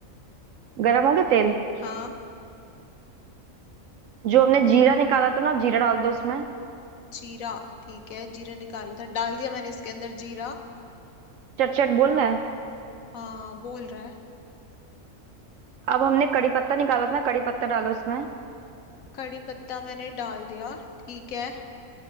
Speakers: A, on the right (about 75°); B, on the left (about 80°).
A: गरम हो गया तेल
B: हाँ
A: जो हमने जीरा निकाला था ना जीरा डाल दो उसमें
B: जीरा ठीक है जीरा निकाला था डाल दिया मैंने इसके अंदर जीरा
A: चट चट बोल रहा है
B: हाँ बोल रहा है
A: अब हमने कड़ी पत्ता निकाला था ना कड़ी पत्ता डालो उसमें
B: कड़ी पत्ता मैंने डाल दिया ठीक है